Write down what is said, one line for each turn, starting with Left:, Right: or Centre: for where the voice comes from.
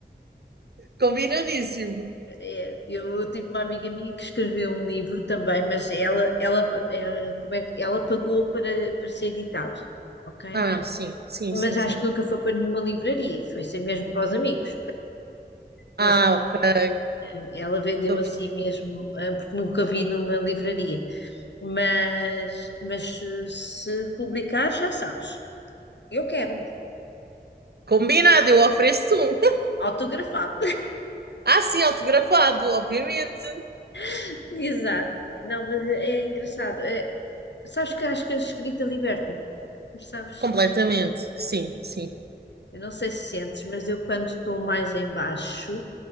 Right: Combinadíssimo.
Left: É, eu, eu tive uma amiga minha que escreveu um livro também, mas ela, ela, eh, como é, que- ela pagou para, para ser editado, ok?
Right: Ah, sim, sim,
Left: Mas
Right: sim,
Left: acho
Right: sim.
Left: que nunca foi para nenhuma livraria, foi ser mesmo para os amigos. Mas
Right: Ah, ok.
Left: eh, ela vendeu
Right: Estou
Left: assim
Right: a perceber.
Left: mesmo, eh, porque nunca vi numa livraria. Mas, mas eh, se publicar, já sabes. Eu quero,
Right: Combinado, eu ofereço um.
Left: autografado.
Right: Ah, sim, autografado, obviamente.
Left: <laughs> Exato. Não, mas é é engraçado. É, sabes que acho que a escrita liberta, sabes?
Right: Completamente, sim, sim.
Left: Eu não sei se sentes, mas eu quando estou mais em baixo,